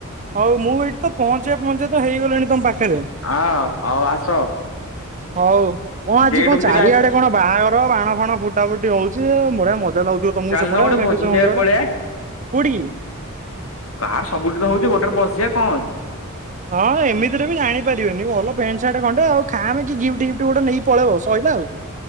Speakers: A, on the right; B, on the left.
A: ହଉ ମୁଁ ଏଇଠି ତ ପହଞ୍ଚିଆ ପହଞ୍ଚିଆ ତ ହେଇଗଲିଣି ତମ ପାଖରେ।
B: ହଁ ହଉ ଆସ
A: ହଉ କଣ ଆଜି
B: ଗେଟ୍
A: କଣ
B: ଭିତରେ
A: ଚାରିଆଡେ
B: ଆସ।
A: କଣ? ବାହାଘର ବାଣ ଫାଣ ଫୁଟା ଫୁଟି ହଉଛି ବଢିଆ ମଜା ଲାଗୁଥିବ। ତମକୁ
B: ଚାଲୁନ
A: ସେପଟେ
B: ଗୋଟେ
A: ମେଘେଶ୍ଵର
B: ଭୋଜି ଖାଇବାକୁ
A: ମନ୍ଦିର
B: ପଳେଇବା
A: ଆଡେ କୋଉଠିକି?
B: କାର୍ ସବୁଠି ତ ହଉଛି ଗୋଟେରେ ପଶିଯିବା କଣ ହଉଛି?
A: ହଁ ଏମିତିରେ ବି ଜାଣିପାରିବେନି ଭଲ ପ୍ୟାଣ୍ଟ ସାର୍ଟ ଖଣ୍ଡେ ଆଉ ଖାମେ କି ଗିଫ୍ଟ ଗିଫ୍ଟ ଗୋଟେ ନେଇ ପଳେଇବ ସଇଲା ଆଉ।